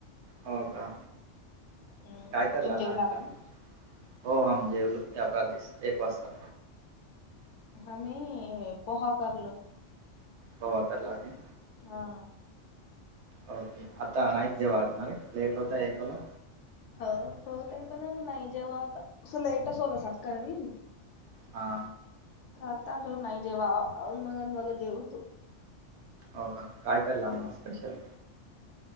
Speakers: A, on the right; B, on the left.
A: हो का
B: हम्म
A: काय करला
B: तुम जेवू
A: नाष्टा
B: लागली
A: हो आम् जेवलो या प्रात दिस एक वाजता
B: आम्ही पोहा करलो.
A: पोहा करलागे.
B: हा
A: ओके आता नाही कि जे वागणार लेट होता एकला
B: हो हो काही पणा नाही जेव्हा आ अस लेटच होल सकाळी
A: हा
B: आता ज नाही जेव्हा मग मग जेव तू
A: हो का कायला मगं स्पेशल